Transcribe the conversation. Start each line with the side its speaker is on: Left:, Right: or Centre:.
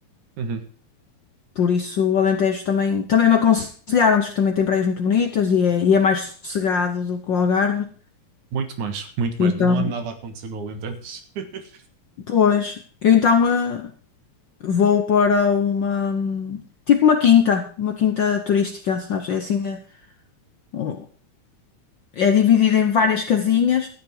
Right: Uhum.
Left: Por isso, o Alentejo também, também me aconselharam, diz que também tem praias muito bonitas e é, e é mais sossegado do que o Algarve.
Right: Muito mais, muito mais.
Left: Então,
Right: Não há nada a acontecer no Alentejo. <laughs>
Left: pois, eu então eh, vou para uma, tipo uma quinta, uma quinta turística, sabes? É assim, eh, o- é dividida em várias casinhas,